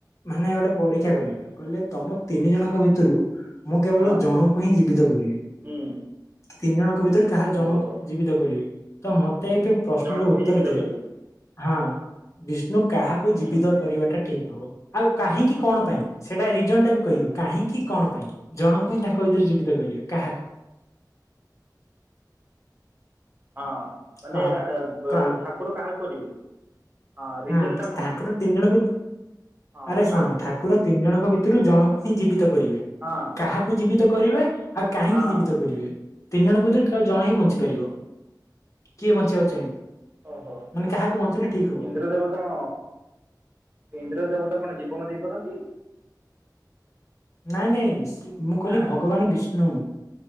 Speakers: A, on the left; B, on the right.
A: ମାନେ ଗୋଟେ ପରୀକ୍ଷା କଲେ କହିଲେ ତମ ତିନି ଜଣଙ୍କ ଭିତରୁ ମୁଁ କେବଳ
B: ହଁ
A: ଜଣଙ୍କୁ ହିଁ ଜୀବିତ କରିବି
B: ହୁଁ।
A: କି ତିନି ଜଣଙ୍କ ଭିତ ରେ କାହାର ଜଣଙ୍କୁ
B: ଓହୋ
A: ଜୀବିତ କରିବି ତ ମତେ ଗୋଟେ ଏବେ ପ୍ରଶ୍ନର
B: ଜଣକୁ
A: ଉତ୍ତର
B: ହିଁ ଜୀବିତ
A: ଦେ
B: କରିବି
A: ହଁ ବିଷ୍ଣୁ କାହାକୁ ଜୀବିତ
B: ହୁଁ
A: କରିବାଟା ଠିକ ହବ ଆଉ କାହିଁକି
B: ହୁଁ
A: କଣ ପାଇଁ? ସେଇଟା ରିଜନ ଟା ବି କହିବୁ କାହିଁକି କଣ ପାଇଁ ଜଣଙ୍କୁ ହିଁ ତାଙ୍କ ଭିତରେ ଜୀବିତ କରିବେ କାହାକୁ? <inaudible>
B: ହଁ ମାନେ
A: କହ କହ
B: ଠାକୁର କାହା କରିବି। ହଁ ରିଜଣ୍ଡଟା
A: ହୁଁ
B: କଣ?
A: ଠାକୁର ତିନି ଜଣଙ୍କୁ
B: ହଁ
A: ଆରେ ଶୁଣ
B: କା
A: ଠାକୁର ତିନି ଜଣଙ୍କ ଭିତରୁ ଜଣଙ୍କୁ ହିଁ ଜୀବିତ କରିବେ
B: ହଁ
A: କାହାକୁ ଜୀବିତ। କରିବେ ଆଉ କାହିଁକି
B: ହଁ
A: ଜୀବିତ କରିବେ ତିନି ଜଣଙ୍କରେଉ ଜଣ ହିଁ ବଞ୍ଚିପାରିବ। କିଏ ବଞ୍ଚିବାକୁ ଚାହିଁବ
B: ଓହୋ
A: ମାନେ କାହାକୁ ବଞ୍ଚେଇିଲଲେ ଠିକ ହବ।
B: ଇନ୍ଦ୍ର ଦେବତା କଣ ଇନ୍ଦ୍ର ଦେବତା କଣ ଜୀବନ ଦେଇପାରନ୍ତି?
A: ନାଇଁ ନାଇଁ ମୁଁ କହିଲି
B: ଆଁ
A: ଭଗବାନ ବିଷ୍ଣୁ